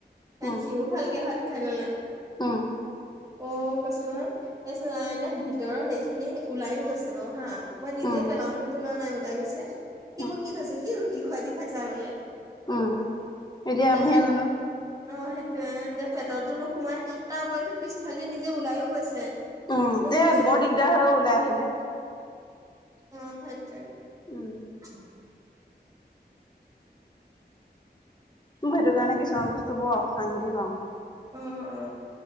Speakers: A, on the right; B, on the left.
A: কাৰণ
B: উম
A: সিও ভালকে ভাত খাই ললে।
B: উম
A: অ <unintelligible> <unintelligible> ভিতৰৰ সেই খিনি ওলাইও গৈছে বাৰু হা মই নিজে
B: উম
A: পেলাও বুলি পলোৱা নাই। ওলাই গৈছে, সি
B: উম
A: মোক কি কৈছে কি ৰুটি খাই দেখুৱাইছা বোলে।
B: উম, এতিয়া
A: তাৰপিছত
B: আমিহে জান
A: অ সেইটোয়ে যে পেটতো নোসোমাই তাৰপ যে পি খালি নিজে ওলাইও গৈছে,
B: উম
A: মোৰ ভুতল
B: এ বৰ দিগদাৰ হয় ওলাই আহিলে
A: অ সেইটোৱে।
B: উম
A: <unintelligible>
B: মই সেইটো কাৰণে কিছুমান বস্তু বৰ অশান্তি পাওঁ।
A: অ অ অ।